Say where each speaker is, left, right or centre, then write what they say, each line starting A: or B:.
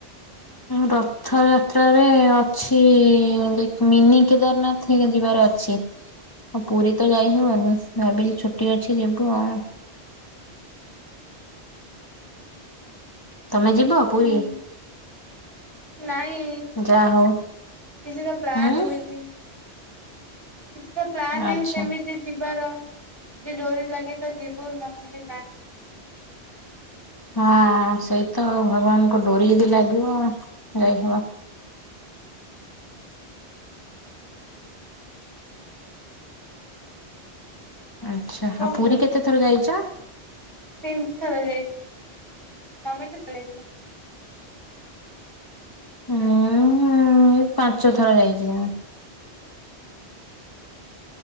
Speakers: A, on the left; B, on the right.
A: ରଥଯାତ୍ରାରେ ଅଛି ମିନି କେଦାରନାଥ ଯିବାର ଅଛି। ଆଉ ପୁରୀ ତ ଯାଇ ହବନି ଭାବିଛିି ଛୁଟି ଅଛି ଯିବୁ ଆଉ।
B: ଆଚ୍ଛା।
A: ତମେ ଯିବ ପୁରୀ?
B: ହୁଁ ନାଇଁ
A: ଯାହା ହଉ
B: କିଛି ତ ପ୍ଲାନ
A: ହୁଁ
B: ହେମିତି - କିଛି ତ ପ୍ଲାାନ ନାହିଁ
A: ଆଚ୍ଛା।
B: ସେମିତି ଯିବାର ଯଦି ଡୋରି ଲାଗେ ତ ଯିବୁ ନହେଲେ ନାହିଁ।
A: ହଁ ସେଇ ତ ଆଉ। ଭଗବାନଙ୍କ ଡୋରିି ଯଦି ଲାଗିବ ଯାଇହବ। ଆଚ୍ଛା
B: କଣ
A: ହ ପୁରୀ
B: କହୁଛୁ
A: କେତେ ଥର ଯାଇଛ?
B: ତିନି ଥର ଯାଇଚି। ତମେ କେତେ ଯାଇଛ?
A: ମୁଁ ପାଞ୍ଚ ଥର ଯାଇଛି।